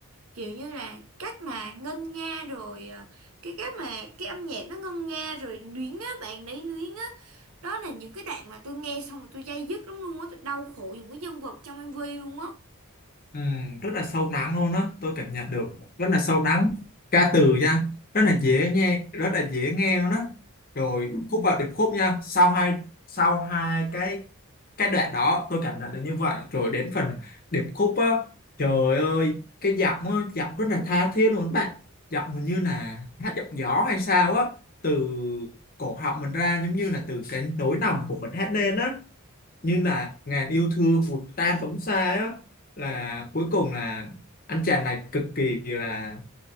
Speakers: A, on the right; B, on the left.
A: kiểu như là cách mà ngân nga rồi ờ, cái cách mà cái âm nhạc nó ngân nga rồi luyến á bạn đấy luyến á đó là những cái đoạn mà tôi nghe xong rồi tôi day dứt lắm luôn á tôi đau khổ dùng cái nhân vật trong MV luôn á
B: Ừ, rất là sâu lắng luôn á tôi cảm nhận được rất là sâu lắng ca từ nha rất là dễ nghe rất là dễ nghe luôn á rồi khúc vào điệp khúc nha sau hai sau hai cái cái đoạn đó tôi cảm nhận được như vậy rồi đến phần điệp khúc á trời ơi cái giọng á, giọng rất là tha thiết luôn bạn giọng hình như là hát giọng gió hay sao á từ cổ họng mình ra giống như là từ cái nỗi lòng của mình hát lên á như là ngàn yêu thương vụt tan phóng xa á là cuối cùng là anh chàng này cực kỳ là